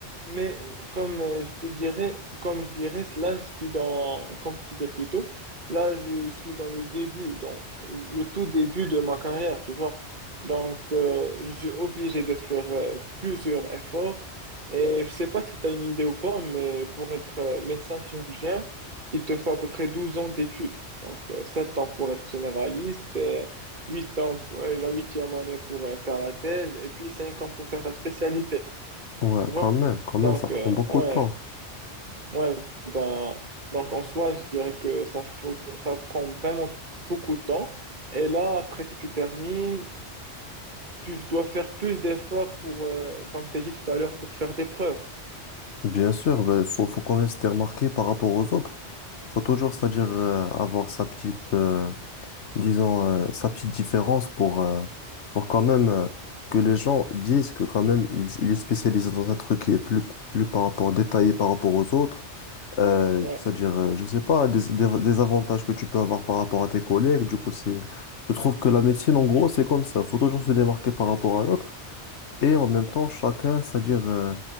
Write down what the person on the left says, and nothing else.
Ouais,
quand même, quand
même, ça prend
beaucoup
de temps.
Bien sûr, ben, faut, faut quand même se faire remarquer par rapport aux autres. Faut toujours, c'est-à-dire euh, avoir sa petite, euh, disons, euh, sa petite différence pour, euh, pour quand même euh, que les gens disent que quand même il, il est spécialisé dans un truc qui est plus, plus par rapport détaillé par rapport aux autres. Euh,
c'est-à-dire, euh, je sais pas, des, des- des avantages que tu peux avoir par rapport à tes collègues. Du coup, c'est, je trouve que la médecine, en gros, c'est comme ça. Faut toujours se démarquer par rapport à l'autre. Et en même temps, chacun, c'est-à-dire, euh,